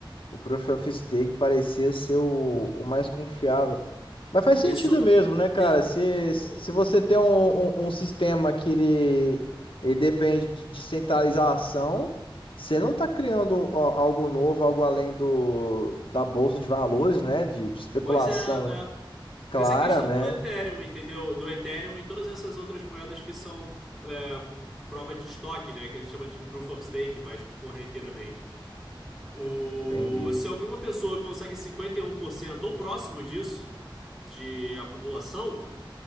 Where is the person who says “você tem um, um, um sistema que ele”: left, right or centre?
Left